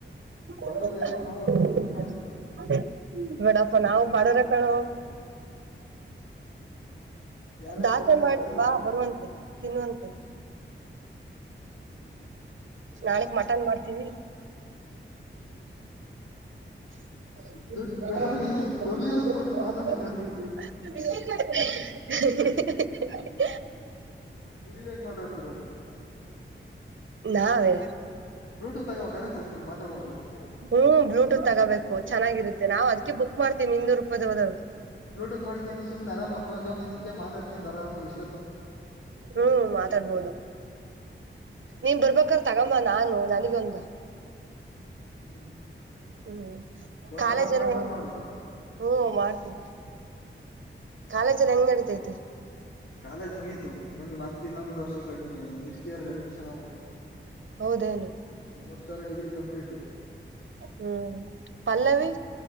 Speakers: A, on the left; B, on the right.
A: ಬಡವ್ರು
B: <inaudible>
A: ಏನಾರ ಮಾಡ್ಬೇಕಲ್ಲ ದುಡ್ಡು ಮಾಡಕ್ ನಿಂತಾರ
B: ಬೀಡಪ್ಪ ನಾವು ಬಡುವ್ರೆ ಕಣೊ.
A: <inaudible>
B: ದಾಸೆ
A: ಹಾಕಿ
B: ಮಾಡಿ
A: ಅದ್ರಲ್
B: ಬಾ ಬರುವಂತೆ ತಿನ್ನುವಂತೆ
A: ಹ್ಮ್
B: ನಾಳಕ್ ಮಟನ್ ಮಾಡ್ತೀವಿ
A: ಹ್ಮ್
B: ಹೌ
A: ದುಡ್ಡು ಬ್ಯಾಡ್ಲಿ ಬರ್ಲಿಲ್ಲ ಪರವಾಗಿಲ್ಲ ಮಾತಾಡಂಗ
B: <unintelligible>
A: ನಿಂಗೆ ನೀವ ಹೆಂಗ ಮಾತಾಡ್ತಿರಪ್ಪ
B: ನಾವೇ
A: ಬ್ಲೂಟೂತ್ ತಗೋಬೇಕಲ್ಲ ಸೃಷ್ಟಿ ಹಿಂಗ್ ಮಾತಾಡ್ಬೇಕ್ ಅಂದ್ರೆ
B: ಹ್ಮ್ ಬ್ಲೂಟೂತ್ ತಗೋಬೇಕು ಚೆಾಗಿರುತ್ತ ನಾ ಅದಕ್ಕೆ ಬಕ್್ತನಿ ಇನ್ನೂರು ರೂಪಾಯ್ ಹೋದಾಗ
A: ಬ್ಲೂಟೂತ್ ಮಾಡ್ಕೊಂಡ್ರ ಸುಮ್ ಆರಾಮ ಫೋ ಜಾಮ್ಾಿಕ ಮಾತಾಡ್ಕೊಂಡ ಅ ಆರಾಮಷ್ಟು
B: ಹ್ಮ್ ಮಾತಾಡ್ಬೋದು ನೀನ್ ಬರ್ಬೇಕಾರ ತಗಮ್ಮ ನಾನು ನನಗೊಂದ
A: ಹ್ಮ್
B: ಹ್ಮ್
A: ಒಂದ್
B: ಕಾಲೇಜ್
A: ಸಾವಿರ ಫೋನ್
B: ಎಲ್ಲ
A: ಪೇ ಮಾಡು
B: ಹ್ಮ ಮಾಡ್ತೀವಿ ಕಾಲೇಜಲ್ಲಿ ಹೆಂಗ್ ನಡೀಿತೈತೆ
A: ಕಾಲೇಜ್ ಮುಗೀತು ಬನ್ನಿ ಮತ್ತೆ ಇನ್ನೊಂದು್ ವರ್ಷಕ್ಕೆ ಕಡ್ಮಿ ನೆಕ್ಸ್ಟ್ ಇಯರ್ ಅಡ್ಮಿಷನ್ ಆಗ್ಬೇಕು
B: ಹೌದೇನು
A: ಒೊಂದು ವರ್ಷರ ಡಿಗ್ರಿ ಕಂಪ್ಲಿಟ್ ಹ
B: ಹ್ಮ್ ಪಲ್ಲವಿ